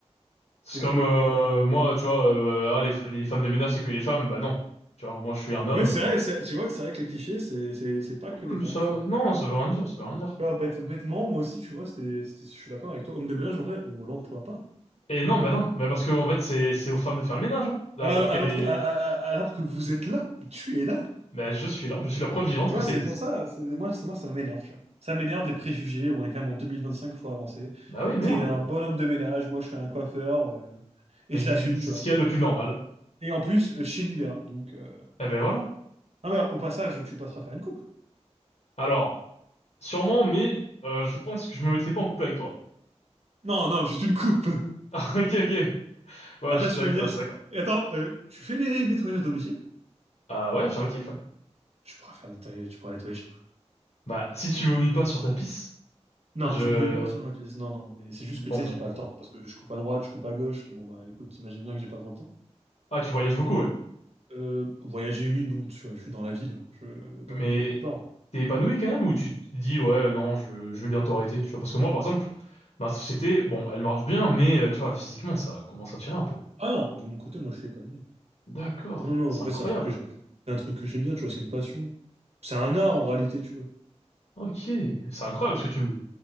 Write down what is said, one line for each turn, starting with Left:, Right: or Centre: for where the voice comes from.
Left: C'est
Right: Donc.
Left: comme
Right: euh,
Left: euh, moi, tu vois, euh, euh, ah, les, les femmes de ménage, c'est que les femmes. Bah non. Tu vois, moi, je suis un homme.
Right: Ouais, c'est vrai, c'est- tu vois que c'est vrai que les clichés, c'est c'est- c'est pas que
Left: Hum,
Right: les femmes,
Left: Ça,
Right: tu vois. Les femmes.
Left: non, ça veut rien dire, ça veut rien dire.
Right: Tu vois, bête- bêtement, moi aussi, tu vois, c'était- c'était- je suis d'accord avec toi. Homme de ménage, en vrai, on l'emploie pas.
Left: Et non, bah non, bah parce que en fait c'est c'est aux femmes de faire le ménage, hein. D'a-
Right: Euh,
Left: D'après
Right: Alors
Left: les,
Right: que, a- a- a- alors que vous êtes là, tu es là.
Left: bah je suis là, je suis la preuve vivante
Right: Tu vois,
Left: que ça
Right: c'est
Left: existe.
Right: pour ça, c'est- moi, c'est- moi, ça m'énerve, tu vois. Ça m'énerve des préjugés, on est quand même en 2025, faut avancer.
Left: Bah oui, merde.
Right: T'es un bon homme de ménage, moi je suis un coiffeur, euh, et
Left: Ce
Right: je l'assume, tu vois.
Left: qu'il y a de plus normal.
Right: Et en plus, euh, chez Nivea, donc... euh,
Left: Eh ben voilà.
Right: Ah mais au passage, tu passeras faire une coupe.
Left: Alors, sûrement, mais euh, je pense que je me mettrai pas en couple avec toi.
Right: Non, non, juste une coupe.
Left: <laughs>
Right: <laughs>
Left: Ah, Ok, ok. Ouais,
Right: Après,
Left: je suis
Right: tu
Left: d'ac-
Right: vas bien...
Left: alors, je suis d'accord.
Right: Attends, euh, tu fais les nettoyages à domicile?
Left: Ah ouais, affirmatif, ouais.
Right: Tu pourras faire nettoyer, tu pourras nettoyer chez moi.
Left: Bah si tu vomis pas sur ta pisse,
Right: Non,
Left: je,
Right: je ne voulais pas passer sur ma pièce. Non, non, mais c'est juste
Left: bon
Right: que tu sais,
Left: bah,
Right: j'ai pas le temps. Parce que je coupe à droite, je coupe à gauche. Bon, bah écoute, t'imagines bien que j'ai pas trop le temps.
Left: ah tu voyages beaucoup, ouais.
Right: Euh, voyager, oui, non, tu vois, je suis dans la ville. hein. Je vais pas
Left: Mais
Right: non plus nulle part.
Left: t'es épanoui quand même ou tu te dis ouais non je, je vais bientôt arrêter tu vois parce que moi par exemple ma société bon elle marche bien mais euh, tu vois physiquement ça commence à tirer un peu
Right: Ah non, de mon côté, moi, je fais pas de nuit.
Left: d'accord
Right: Non, non, non,
Left: c'est
Right: en fait,
Left: incroyable
Right: c'est un truc que j'ai- c'est un truc que j'aime bien, tu vois, c'est une passion. C'est un art en réalité, tu vois.
Left: ok c'est incroyable ce que tu me dis